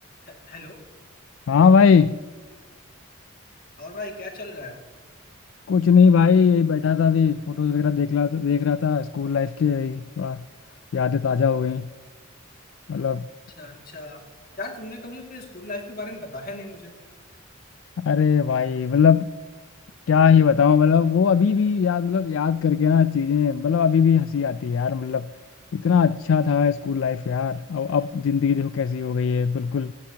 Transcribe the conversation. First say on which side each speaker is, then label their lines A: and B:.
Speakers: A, on the left; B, on the left.
A: हे- हेलो
B: हाँ भाई
A: और भाई क्या चल रहा है
B: कुछ नहीं भाई यही बैठा था अभी फोटोज वगैरह देख रहा देख रहा था स्कूल लाइफ की यही थोड़ा यादें ताज़ा हो गई मतलब
A: अच्छा अच्छा यार तुमने कभी अपने स्कूल लाइफ के बारे में बताया नहीं मुझे
B: अरे भाई मतलब क्या ही बताऊं मतलब वो अभी भी याद मतलब याद करके ना चीज़ें मतलब अभी भी हंसी आती है यार मतलब इतना अच्छा था स्कूल लाइफ यार और अब ज़िंदगी देखो कैसी हो गई है बिल्कुल